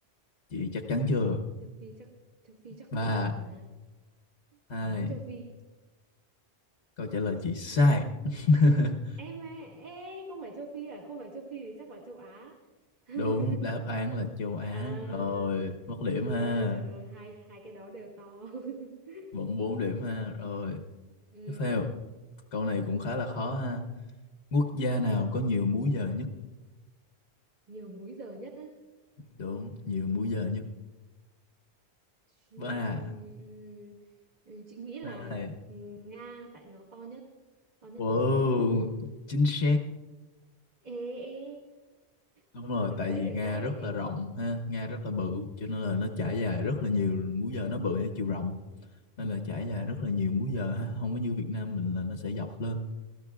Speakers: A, on the left; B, on the right.
A: chị chắc chắn chưa
B: châu Phi chắc châu Phi chắc
A: ba
B: to mà.
A: hai
B: Chị đoán châu Phi.
A: câu trả lời chị sai <laughs>
B: Em à, ê, không phải châu Phi à, không phải châu Phi thì chắc là châu Á. <laughs>
A: đúng đáp án là châu Á
B: À.
A: rồi mất điểm
B: Yeah,
A: ha
B: trời ơi, hai hai cái đó đều to. <laughs>
A: vẫn bốn điểm ha rồi
B: Ừ,
A: tiếp theo Câu này cũng khá là khó ha. Quốc gia nào có nhiều múi giờ nhất?
B: nhiều múi giờ nhất á.
A: Đúng, nhiều múi giờ nhất.
B: Chị,
A: Ba,
B: ừ, ừ, chị nghĩ là
A: hai.
B: Nga tại nó to nhất, to nhất
A: Wow,
B: thế giới.
A: chính xác.
B: ê ê
A: Đúng
B: <laughs>
A: rồi,
B: được
A: tại
B: đấy
A: vì
B: được
A: Nga
B: đấy
A: rất
B: ê.
A: là rộng ha, Nga rất là bự, cho nên là nó trải dài rất là nhiều múi giờ, nó bự theo chiều rộng, nên là trải dài rất là nhiều
B: Ừ,
A: múi giờ ha, không có như Việt Nam mình là nó sẽ dọc lên.